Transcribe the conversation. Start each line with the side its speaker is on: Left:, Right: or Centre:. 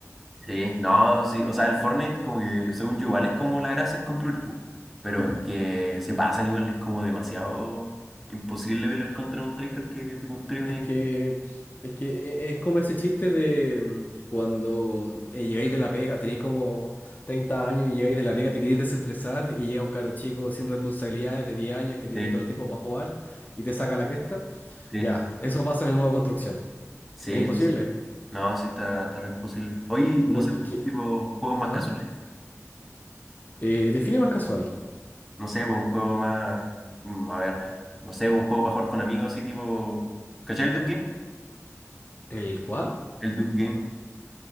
Centre: sí, no, sí. O sea, el Fortnite, como que, según yo, igual es como la gracia es construir, pu. Pero es que se pasan igual, es como demasiado imposible pelear contra un tryhard que te construye un
Left: Es
Centre: edificio.
Left: que, es que e- es como ese chiste de mm, cuando eh, llegáis de la pega, tenéis como 30 años y llegáis de la pega, te queréis desestresar y llega un caro chico sin responsabilidades de 10 años que tiene
Centre: Sí,
Left: todo el tiempo para jugar y te saca la cresta.
Centre: sí,
Left: Ya, eso pasa en el modo construcción.
Centre: sí,
Left: Es imposible.
Centre: sí. sí. No, sí está, está re imposible. Oye,
Left: Porque.
Centre: no sé, tipo, juegos más
Left: ¿Ah?
Centre: casuales.
Left: Eh, define más casual.
Centre: no sé, pues, un juego más, mm, a ver, no sé, pues, un juego para jugar con amigos así tipo, ¿cachai el duck Game?
Left: ¿El cual?
Centre: El duck Game.